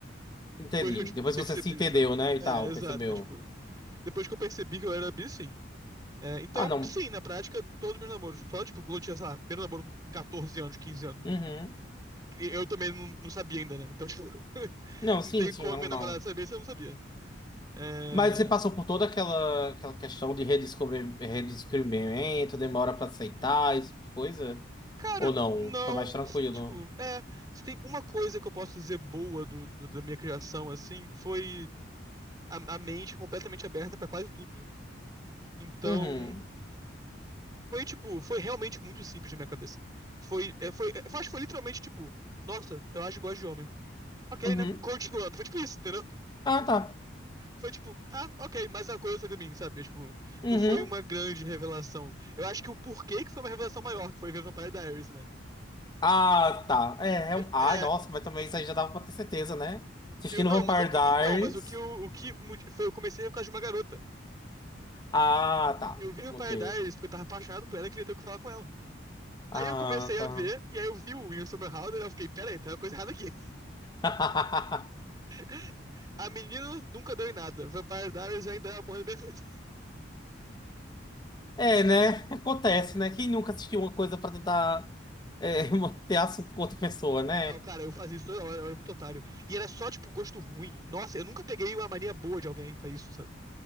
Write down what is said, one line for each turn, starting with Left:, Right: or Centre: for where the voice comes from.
Left: Entendi.
Right: Depois que eu, tipo,
Left: Depois
Right: percebi,
Left: que você se entendeu,
Right: sabe?
Left: né, e
Right: É,
Left: tal,
Right: exato,
Left: percebeu.
Right: é, tipo, depois que eu percebi que eu era bi, sim. É, então,
Left: Ah, não.
Right: sim, na prática, todos meus namoros. Só, tipo, quando eu tinha, sei lá, primeiro namoro com 14 anos, 15 anos. não-
Left: Uhum.
Right: Eu também não, não sabia ainda, né? Então, tipo,
Left: Não,
Right: Não
Left: sim,
Right: tem
Left: sim,
Right: como
Left: normal.
Right: a minha namorada saber se eu não sabia. É,
Left: Mas você passou por toda aquela, aquela questão de redescobrir, redescobrimento, demora para aceitar, esse tipo de coisa?
Right: Cara,
Left: Ou não?
Right: não.
Left: Foi mais tranquilo?
Right: se- tipo, é. Se tem uma coisa que eu posso dizer boa do, do- da minha criação, assim, foi a, a mente completamente aberta pra quase tudo. Então.
Left: Uhum.
Right: Foi, tipo, foi realmente muito simples na minha cabeça. Foi, é, foi, é, acho que foi literalmente, tipo, nossa, eu acho que gosto de homem. Ok,
Left: Uhum.
Right: né? Continuando. Foi tipo isso, entendeu?
Left: Ah, tá.
Right: foi tipo, ah, ok, mais uma coisa de mim, sabe? Tipo,
Left: Uhum.
Right: não foi uma grande revelação. Eu acho que o porquê que foi uma revelação maior, que foi ver Vampire Diaries, né?
Left: Ah, tá. É,
Right: Que-
Left: é um... Ai,
Right: É,
Left: nossa, mas também isso aí já dava pra ter certeza, né? Assistindo
Right: eu não,
Left: Vampire
Right: mas eu.
Left: Diaries.
Right: Então, mas o que eu- o que mu- foi, eu comecei a ver por causa de uma garota.
Left: Ah, tá.
Right: Eu vi Vampire
Left: Ok.
Right: Diaries porque eu tava apaixonado por ela e queria ter o que falar com ela.
Left: Ah,
Right: Aí eu comecei
Left: tá.
Right: a ver, e aí eu vi o William Somerhalder e eu fiquei, peraí, tem uma coisa errada aqui.
Left: <laughs>
Right: <laughs> A menina nunca deu em nada. Vampire Diaries ainda é o amor da minha vida.
Left: É, né? Acontece, né? Quem nunca assistiu uma coisa pra tentar é, <laughs> manter assunto com outra pessoa, né?
Right: Não, cara, eu fazia isso toda hora, eu era muito otário. E era só, tipo, gosto ruim. Nossa, eu nunca peguei uma mania boa de alguém pra isso, sabe?